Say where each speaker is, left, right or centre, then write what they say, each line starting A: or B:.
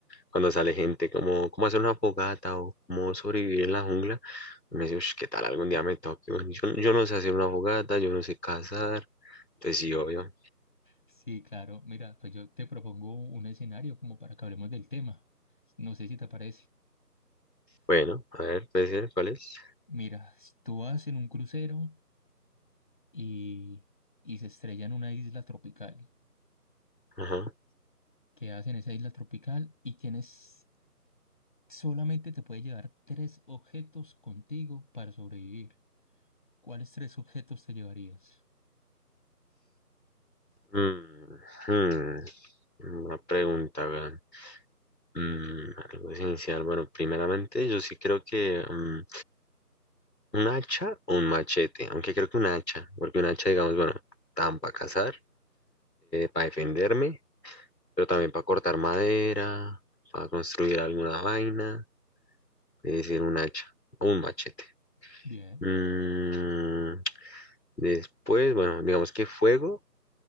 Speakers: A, on the left; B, on the left.
A: cuando sale gente, como, ¿cómo hacer una fogata? O ¿cómo sobrevivir en la jungla? Me dice, "Ush, ¿qué tal algún día me toque? Bueno, yo, yo no sé hacer una fogata, yo no sé cazar. Pues sí, obvio.
B: Sí, claro. Mira, pues yo te propongo un escenario como para que hablemos del tema. No sé si te parece.
A: Bueno, a ver, puede ser, ¿cuál es?
B: Mira, tú vas en un crucero y, y se estrella en una isla tropical.
A: Ajá.
B: Quedas en esa isla tropical y tienes, solamente te puedes llevar tres objetos contigo para sobrevivir. ¿Cuáles tres objetos te llevarías?
A: Mm, hmm, una pregunta, weón. Mm, algo esencial. Bueno, primeramente, yo sí creo que... mm, ¿Un hacha o un machete? Aunque creo que un hacha, porque un hacha, digamos, bueno, tan para cazar, para defenderme, pero también para cortar madera, para construir alguna vaina, es decir, un hacha o un machete.
B: Bien.
A: Mm, después, bueno, digamos que fuego,